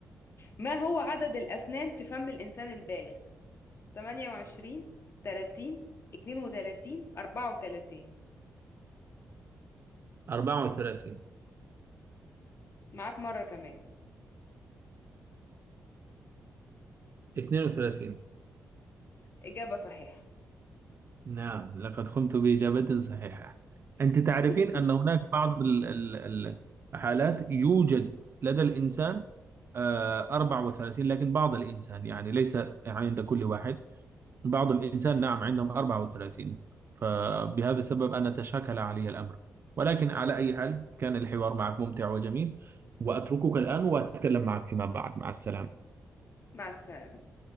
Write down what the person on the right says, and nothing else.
34
32
نعم لقد قمت بإجابة صحيحة أنت تعرفين
أن هناك بعض ال- ال- الحالات يوجد لدى الإنسان آه، 34 لكن بعض الإنسان يعني ليس يعني عند كل واحد بعض الإنسان نعم عندهم 34 فبهذا السبب أنا تشاكل علي الأمر ولكن على أي حال كان الحوار معك ممتع وجميل وأتركك الآن وأتكلم معك فيما بعد مع السلامة